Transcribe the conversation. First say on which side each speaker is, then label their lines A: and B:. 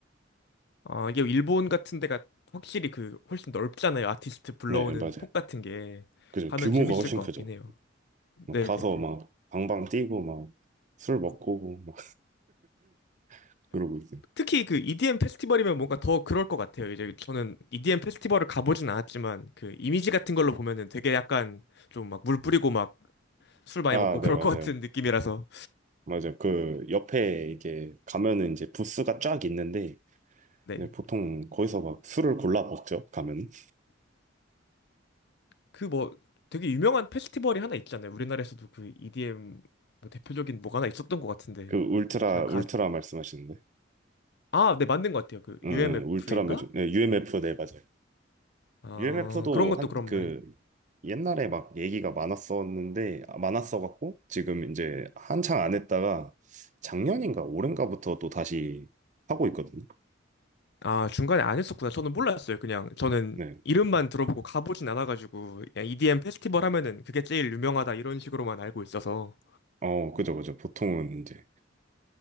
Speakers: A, on the left; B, on the right.
A: 아, 이게 일본 같은 데가 확실히 그 훨씬 넓잖아요. 아티스트 불러오는
B: <laughs> 네, 맞아요.
A: 폭 같은 게.
B: 그죠.
A: 가면
B: 규모가
A: 재밌을
B: 훨씬
A: 것
B: 크죠.
A: 같긴 해요. 네네네.
B: 막 가서 막 방방 뛰고 막 술 먹고 막 <laughs> 그러고 있어요.
A: 특히 그 EDM 페스티벌이면 뭔가 더 그럴 것 같아요. 이제 저는 EDM 페스티벌을 가보진 않았지만 그 이미지 같은 걸로 보면은 되게 약간 좀 막 물 뿌리고 막 술 많이
B: 아,
A: 먹고
B: 네,
A: <laughs> 그럴
B: 맞아요.
A: 것 같은 느낌이라서.
B: 맞아요. 그 옆에 이게 가면은 이제 부스가 쫙 있는데
A: 네.
B: 이제 보통 거기서 막 술을 골라 먹죠. 가면.
A: 그 뭐 되게 유명한 페스티벌이 하나 있잖아요. 우리나라에서도 그 EDM 뭐 대표적인 뭐가 하나 있었던 것 같은데.
B: 그 울트라
A: 제가 가
B: 울트라 말씀하시는데.
A: 아, 네, 맞는 것 같아요. 그
B: 응,
A: UMF인가?
B: 응, 울트라 뮤직. 네, UMF 네, 맞아요.
A: 아,
B: UMF도
A: 그런 것도
B: 한
A: 그런
B: 그
A: 말
B: 옛날에 막 얘기가 많았었는데 아, 많았어갖고 지금 이제 한창 안 했다가 작년인가 올해인가부터 또 다시 하고 있거든요.
A: 아, 중간에 안 했었구나. 저는 몰랐어요. 그냥 저는
B: 네.
A: 이름만 들어보고 가보진 않아가지고 그냥 EDM 페스티벌 하면은 그게 제일 유명하다 이런 식으로만 알고 있어서.
B: 어, 그죠, 그죠. 보통은 이제.